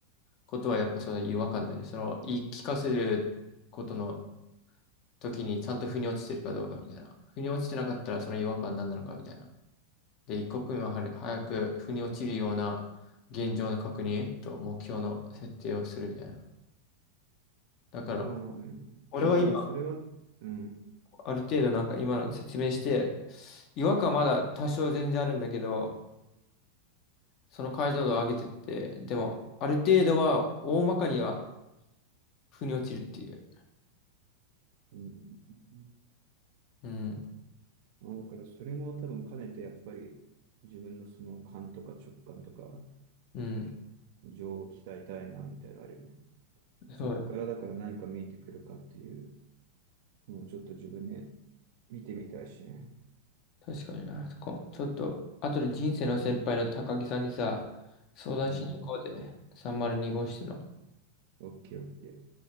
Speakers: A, on the left; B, on the right.
A: ことはやっぱその違和感だよね。その言い聞かせることの時にちゃんと腑に落ちてるかどうかみたいな。腑に落ちてなかったらその違和感何なのかみたいな。で、一刻もはれ早く腑に落ちるような現状の確認と目標の設定をするみたいな。だから、
B: そうね。
A: 俺は今、
B: まあでもそれは、うん。
A: ある程度なんか今の説明して、違和感まだ多少全然あるんだけど、その解像度を上げてって、でも、ある程度は大まかには腑に落ちるっていう。
B: うんうんうん
A: うん、
B: まあだからそれも多分兼ねてやっぱり自分のその勘とか直感とか
A: うん、
B: 情を鍛えたいなみたいなのあるよね。そっからだから何か見えてくるかっていう
A: そうだ、
B: のをちょっと自分で見てみたいしね。
A: 確かにな。こちょっと、後で人生の先輩の高木さんにさ、相談しに行こうぜ。
B: うん。
A: 302号室の。
B: オッケーオッケー。